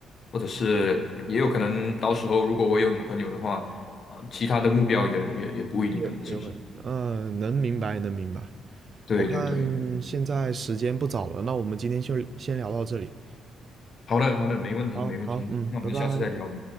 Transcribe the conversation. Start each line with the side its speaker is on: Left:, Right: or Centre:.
Left: 或者是也有可能到时候如果我有女朋友的话，啊、其他的目标也也也不一定了，
Right: 也也会，
Left: 是不是？
Right: 嗯、能明白，能明白。
Left: 对对对，
Right: 我看现在时间不早了，那我们今天就先聊到这里。
Left: 好的好的，没问题没问题，
Right: 好好，嗯，
Left: 那我们下次再聊吧
Right: 拜拜。